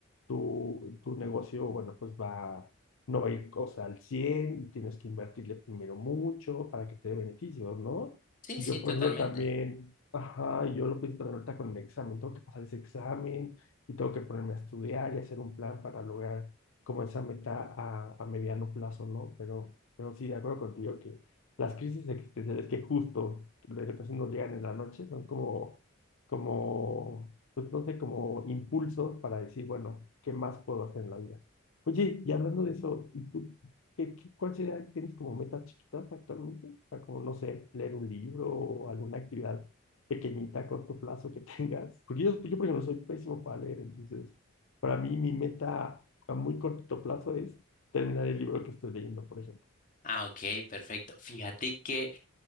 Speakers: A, on the left (about 70°); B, on the left (about 35°).
A: tu, tu negocio, bueno, pues va, no va a ir, o sea, al 100 y tienes que invertirle primero mucho para que te dé beneficios, ¿no?
B: Sí,
A: Y
B: sí,
A: yo,
B: totalmente.
A: por ejemplo, también, ajá, y yo lo pienso también ahorita con el examen, tengo que pasar ese examen y tengo que ponerme a estudiar y hacer un plan para lograr como esa meta a, a mediano plazo, ¿no? Pero, pero sí, de acuerdo contigo que las crisis existenciales que justo de repente nos llegan en la noche son como como, pues no sé, como impulsos para decir, bueno, ¿qué más puedo hacer en la vida? Oye, y hablando de eso, ¿y tú qué, qué- cuál sería, tienes como metas chiquitas actualmente? O sea, como, no sé, leer un libro o alguna actividad pequeñita a corto plazo que <laughs> tengas. Porque yo, yo por ejemplo, soy pésimo para leer, entonces, para mí mi meta a muy corto plazo es terminar el libro que estoy leyendo, por ejemplo.
B: Ah, ok, perfecto. Fíjate que